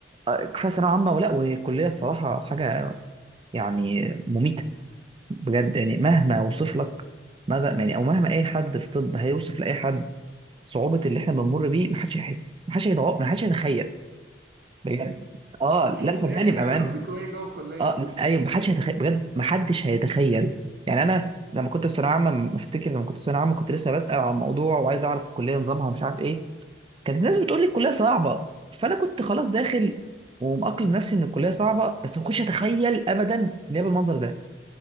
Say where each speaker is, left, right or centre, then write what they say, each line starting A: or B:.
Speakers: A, on the right (about 30°); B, on the right (about 55°).
A: آه، كفايه ثانويه عامه ولا والكليه الصراحه حاجه يعني مميته بجد يعني مهما اوصف لك ماذا يعني او مهما اي حد في طب هيوصف لاي حد صعوبه اللي احنا بنمر بيه محدش يحس محدش هيتوقع محدش هيتخيل بجد اه
B: <laughs>
A: لا صدقني
B: يا ابني
A: بامان
B: بيعملوا فيك ايه جوه الكليه
A: اه ايوه محدش هيتخيل بجد محدش هيتخيل يعني انا لما كنت في ثانويه عامه افتكر لما كنت في ثانويه عامه كنت لسه بسال عن الموضوع وعايز اعرف الكليه نظامها ومش عارف ايه كانت الناس بتقول لي الكليه صعبه فانا كنت خلاص داخل ومأقلم نفسي ان الكليه صعبه بس ما كنتش اتخيل ابدا ان هي بالمنظر ده